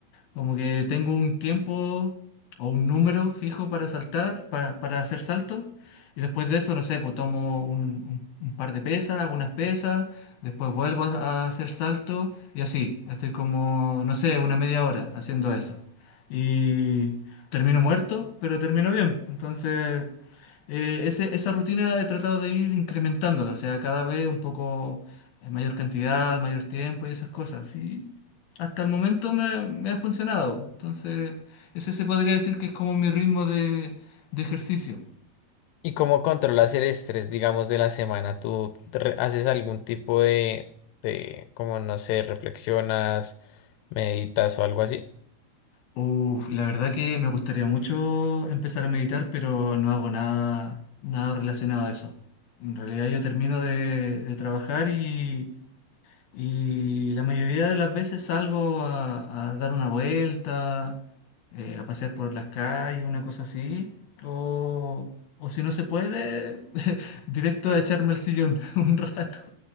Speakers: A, on the left; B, on the left.
A: Como que tengo un tiempo o un número fijo para saltar, para, para hacer saltos. Y después de eso, no sé, pues tomo un, un- un par de pesas, algunas pesas, después vuelvo a, a hacer salto y así. Estoy como, no sé, una media hora haciendo eso. Y termino muerto, pero termino bien. Entonces, eh, ese- esa rutina he tratado de ir incrementándola, o sea, cada vez un poco eh, mayor cantidad, mayor tiempo y esas cosas. Sí, hasta el momento me, me ha funcionado. Entonces, ese se podría decir que es como mi ritmo de, de ejercicio.
B: ¿Y cómo controlas el estrés, digamos, de la semana? ¿Tú te re- haces algún tipo de, de, como no sé, reflexionas? meditas o algo así.
A: Uf, la verdad que me gustaría mucho empezar a meditar, pero no hago nada, nada relacionado a eso. En realidad yo termino de, de trabajar y, Y la mayoría de las veces salgo a, a dar una vuelta, eh, a pasear por las calles, una cosa así. O, o si no se puede, <laughs> directo a echarme al sillón <laughs> un rato.